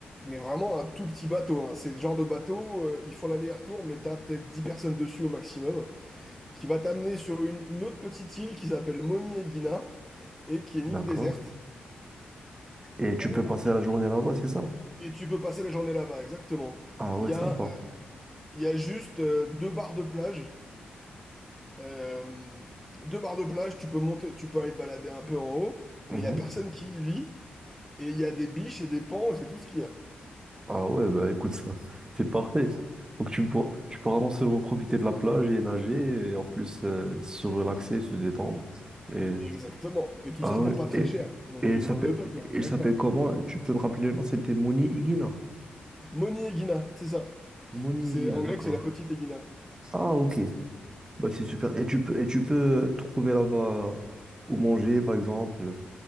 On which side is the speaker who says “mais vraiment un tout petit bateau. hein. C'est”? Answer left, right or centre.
Centre